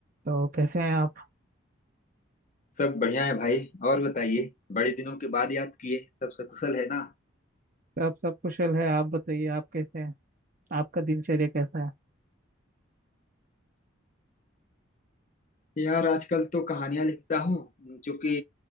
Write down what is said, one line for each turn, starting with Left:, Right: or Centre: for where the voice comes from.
Right: तो कैसे हैं आप
Left: सब बढ़िया है भाई और बताइए बड़े दिनों के बाद याद किए सब सकुशल है ना
Right: आप सब कुशल है आप बताइए आप कैसे हैं आपका दिनचर्या कैसा है
Left: यार आजकल तो कहानियां लिखता हूँ जो कि